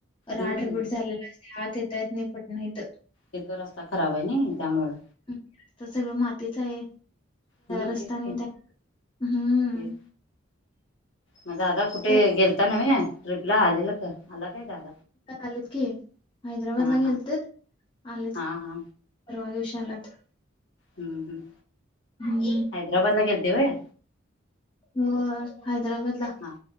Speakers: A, on the left (about 25°); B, on the left (about 70°).
A: राड्रबीड
B: हम्म
A: झालेला असते आत येतयत नाही पटनात
B: हे तो रस्ता खराब आहे ना त्यामुळे
A: ह् तर सगळं मातीच आहे
B: हम्म
A: रस्ताने
B: तेच की
A: त्या हम्म
B: तेच मग दादा कुठे
A: तरी
B: गेलता नव्हे ट्र्रीपला आलेला का आला काय दादा
A: आलेत की हैदराबादला
B: हा हा
A: गेलत आलेत
B: हा हा
A: परवा दिशालात
B: हम्म हम्म
A: हम्
B: हैदराबाद ला गेलतीवय
A: हो हैदराबाद ला
B: हा